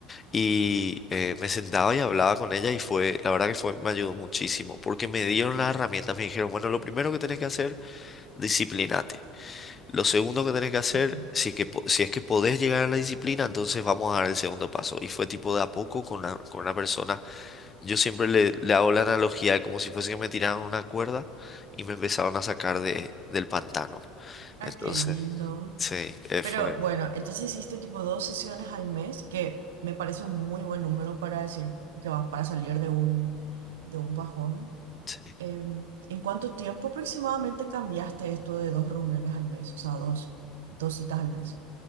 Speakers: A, on the left; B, on the right.
A: y eh, me sentaba y hablaba con ella y fue, la verdad que fue, me ayudó muchísimo porque me dieron las herramientas, me dijeron, bueno, lo primero que tenés que hacer, disciplinate. Lo segundo que tenés que hacer,
B: ujú.
A: si es que, po- si es que podés llegar a la disciplina, entonces vamos a dar el segundo paso. Y fue tipo de a poco con la- con una persona. Yo siempre le, le hago la analogía de como si fuese que me tiraron una cuerda y me empezaron a sacar de, del pantano.
B: Ay,
A: Entonces,
B: qué lindo.
A: sí, eh,
B: Pero
A: fue.
B: bueno, entonces hiciste tipo dos sesiones al mes, que me parece un muy buen número para decir que vas para salir de un, de un bajón.
A: sí.
B: Em, ¿en cuánto tiempo aproximadamente cambiaste esto de dos reuniones al mes? O sea, dos, dos citas al mes.